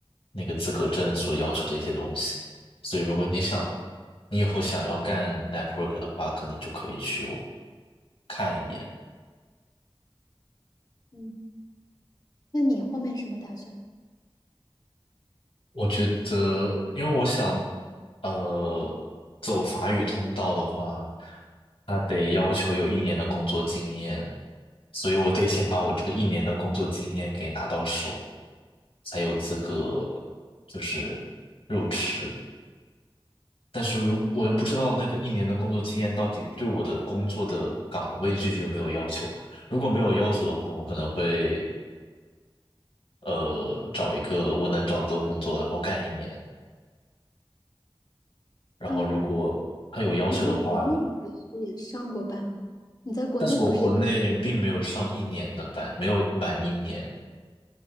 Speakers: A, on the left; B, on the left.
A: 那个资格证所要求的一些东西，所以如果你想，你以后想要干 network 的话，可能就可以去我看一眼。
B: 嗯，那你后面什么打算？
A: 我觉得，因为我想，呃，走法语通道的话，他得要求有一年的工作经验，所以我得先把我这个一年的工作经验给拿到手，才有资格就是入池。但是如我又不知道那个一年的工作经验到底对我的工作的岗位具体有没有要求。如果没有要求的话，我可能会呃找一个我能找到的工作，然后干一年。然后如果他有要求的话呢，
B: 嗯，你在国内不是也上过班吗？你在国内不是也
A: 但是我国内并没有上一年的班，没有满一年，